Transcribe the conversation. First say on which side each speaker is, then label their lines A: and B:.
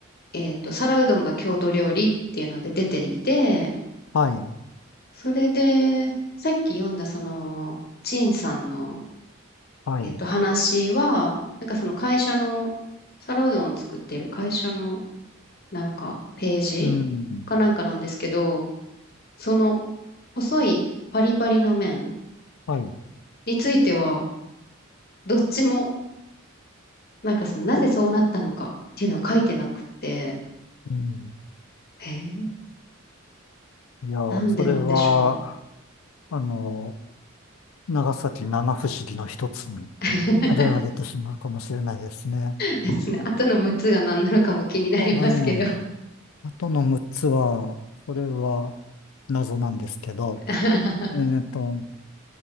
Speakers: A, on the left; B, on the left.
A: えっと、皿うどんが郷土料理っていうので出ていて、
B: はい、
A: それで、さっき読んだその、陳さんの、
B: はい、
A: えっと、話は、なんかその会社の、皿うどんを作っている会社の、なんか、ページかなんかなんですけど、
B: うん、
A: その、細いパリパリの麺
B: はい、
A: については、どっちも、なんかその、なぜそうなったのかっていうのは書いてなくって、
B: うん。
A: へえ、
B: いや、
A: なんでなんでしょう。
B: それは、あの、長崎七不思議の一つに
A: <laughs>
B: 挙げられてしまうかもしれないですね。
A: ですね。<laughs> 後の6つが何なのかも気になりますけど。
B: まあね、あとの6つは、これは謎なんですけど、
A: <laughs>
B: えっと、